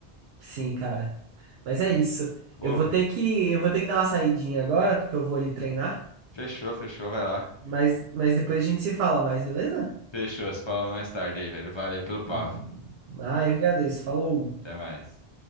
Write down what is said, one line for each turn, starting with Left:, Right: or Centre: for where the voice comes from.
Right: Sim, cara. Mas é isso.
Left: Pô,
Right: Eu vou ter que, eu vou ter que dar uma saidinha agora, porque eu vou ali treinar.
Left: fechou, fechou, vai lá.
Right: Mas, mas depois a gente se fala mais, beleza?
Left: Fechou, se fala mais tarde aí, velho. Valeu pelo papo.
Right: Hum. Ah, eu que agradeço. Falou.
Left: Até mais.